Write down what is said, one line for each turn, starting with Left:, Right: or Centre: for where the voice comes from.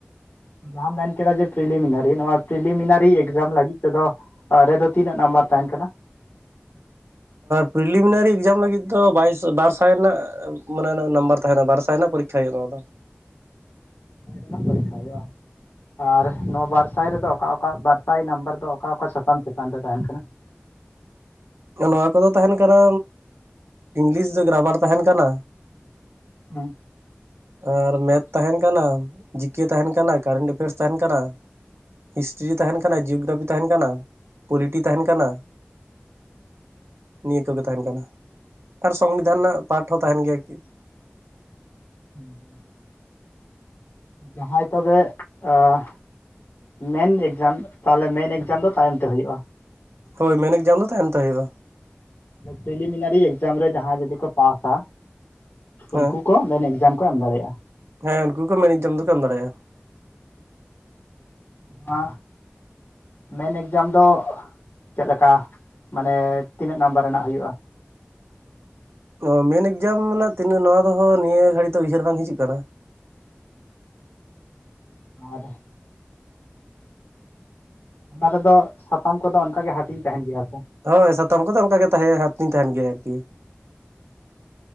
Left: ᱡᱟᱦᱟᱸᱟᱢ ᱢᱮᱱ ᱠᱮᱫᱟ ᱡᱮ ᱯᱨᱤᱞᱤᱢᱤᱱᱟᱨᱤ, ᱱᱚᱣᱟ ᱯᱨᱤᱞᱤᱢᱤᱱᱟᱨᱤ ᱮᱠᱡᱟᱢ ᱞᱟᱹᱜᱤᱫ ᱛᱮᱫᱚ, ᱨᱮᱫᱚ ᱛᱤᱱᱟᱹᱜ ᱱᱟᱢᱵᱟᱨ ᱛᱟᱦᱮᱸᱱ ᱠᱟᱱᱟ?
Right: ᱯᱤᱞᱤᱢᱤᱱᱟᱨᱤ ᱮᱠᱡᱟᱢ ᱞᱟᱹᱜᱤᱫ ᱫᱚ, ᱵᱟᱨ ᱥᱟᱭ ᱨᱮᱱᱟᱜ ᱢᱟᱱᱮ ᱱᱟᱢᱵᱟᱨ ᱛᱟᱦᱮᱸᱱᱟ ᱵᱟᱨ ᱥᱟᱭ ᱨᱮᱱᱟᱜ ᱯᱳ ᱠᱷᱟᱱ ᱦᱩᱭᱩᱼᱟ ᱱᱚᱭᱟ ᱫᱚ ᱾
Left: ᱨᱮᱱᱟᱜ ᱯᱚᱨᱤᱠᱠᱷᱟ ᱦᱩᱭᱩᱜᱼᱟ᱾ ᱟᱨ ᱱᱚᱣᱟ ᱵᱟᱨ ᱥᱟᱭ ᱨᱮᱫᱚ ᱚᱠᱟ ᱚᱠᱟ ᱵᱟᱨᱥᱟᱭ ᱱᱟᱢᱵᱟᱨ ᱫᱚ ᱚᱠᱟ ᱚᱠᱟ ᱥᱟᱛᱟᱢ ᱪᱮᱛᱟᱱ ᱨᱮ ᱛᱟᱦᱮᱸᱱ ᱠᱟᱱᱟ?
Right: ᱱᱚᱣᱟ ᱠᱚᱫᱚ ᱛᱟᱦᱮᱸᱱ ᱠᱟᱱᱟ, ᱤᱝᱞᱤᱥ ᱫᱚ ᱜᱨᱟᱢᱟᱨ ᱛᱟᱦᱮᱸᱱ ᱠᱟᱱᱟ᱾
Left: ᱦᱩᱸ
Right: ᱟᱨ ᱢᱮᱛᱷ ᱛᱟᱦᱮᱱ ᱠᱟᱱᱟ, ᱡᱤᱠᱮ ᱛᱟᱦᱮᱱ ᱠᱟᱱᱟ, ᱠᱟᱨᱮᱱᱴ ᱮᱯᱷᱮᱭᱟᱨᱥ ᱛᱟᱦᱮᱱ ᱠᱟᱱᱟ᱾ ᱦᱤᱥᱴᱨᱤ ᱛᱟᱦᱮᱱ ᱠᱟᱱᱟ, ᱡᱤᱭᱳᱜᱨᱟᱯᱷᱤ ᱛᱟᱦᱮᱱ ᱠᱟᱱᱟ, ᱯᱚᱞᱤᱴᱤ ᱛᱟᱦᱮᱱ ᱠᱟᱱᱟ᱾ ᱱᱤᱭᱟᱹ ᱠᱚᱜᱮ ᱛᱟᱦᱮᱱ ᱠᱟᱱᱟ ᱟᱨ ᱥᱚᱝᱵᱤᱫᱷᱟᱱ ᱨᱮᱱᱟᱜ ᱯᱟᱴ ᱦᱚᱸ ᱛᱟᱦᱮᱸᱱ ᱜᱮᱭᱟ ᱠᱤᱼᱼ
Left: ᱦᱩᱸ-ᱦᱩᱸ ᱡᱟᱦᱟᱸᱭ ᱛᱚᱵᱮ ᱟᱸᱼᱼ ᱢᱮᱱ ᱮᱠᱡᱟᱢ ᱛᱟᱦᱚᱞᱮ ᱢᱮᱱ ᱮᱠᱡᱟᱢ ᱫᱚ ᱛᱟᱭᱚᱢ ᱛᱮ ᱦᱩᱭᱩᱜ-ᱟ᱾
Right: ᱦᱳᱭ ᱢᱮᱱ ᱮᱠᱡᱟᱢ ᱫᱚ ᱛᱟᱭᱚᱢ ᱛᱮ ᱦᱩᱭᱩᱜ-ᱟ᱾
Left: ᱯᱤᱞᱤᱢᱤᱱᱟᱨᱤ ᱮᱠᱡᱟᱢ ᱨᱮ ᱡᱟᱸᱦᱟᱭ ᱡᱩᱫᱤ ᱠᱚ ᱯᱟᱥ ᱟᱼᱼ ᱩᱱᱠᱩ
Right: ᱦᱮᱸ
Left: ᱠᱚ ᱢᱮᱱ ᱮᱠᱡᱟᱢ ᱠᱚ ᱮᱢ ᱫᱟᱲᱮᱭᱟᱜ-ᱟ᱾
Right: ᱦᱮᱸ ᱩᱱᱠᱩ ᱠᱚ ᱢᱮᱱ ᱮᱠᱡᱟᱢ ᱫᱚᱠᱚ ᱮᱢ ᱫᱟᱲᱮᱭᱟᱜ-ᱟ᱾
Left: ᱱᱚᱣᱟ ᱢᱮᱱ ᱮᱠᱡᱟᱢ ᱫᱚᱼᱼ ᱪᱮᱫ ᱞᱮᱠᱟ ᱢᱟᱱᱮ ᱛᱤᱱᱟᱹᱜ ᱱᱟᱢᱵᱟᱨ ᱨᱮᱱᱟᱜ ᱦᱩᱭᱩᱜ-ᱟ?
Right: ᱚ ᱢᱮᱱ ᱮᱠᱡᱟᱢ ᱨᱮᱱᱟᱜ ᱛᱤᱱᱟᱹᱜ ᱱᱚᱣᱟ ᱫᱚ ᱦᱟᱸᱜ ᱱᱤᱭᱟᱹ ᱜᱷᱟᱹᱲᱤᱡ ᱫᱚ ᱩᱭᱦᱟᱹᱨ ᱵᱟᱝ ᱦᱤᱡᱩᱜ ᱠᱟᱱᱟ!
Left: ᱟᱪᱪᱷᱟ ᱟᱨᱼᱼ ᱚᱱᱟ ᱨᱮᱫᱚ ᱥᱟᱛᱟᱢ ᱠᱚᱫᱚ ᱚᱱᱠᱟ ᱜᱮ ᱦᱟᱹᱴᱤᱧ ᱛᱟᱦᱮᱱ ᱜᱮᱭᱟ ᱥᱮ?
Right: ᱦᱳᱭ ᱥᱟᱛᱚᱢ ᱠᱚᱫᱚ ᱚᱱᱠᱟᱜᱮ ᱛᱟᱦᱮᱸ ᱦᱟᱨᱴᱤᱧ ᱛᱟᱦᱮᱸᱱ ᱜᱮᱭᱟ ᱟᱨᱠᱤ᱾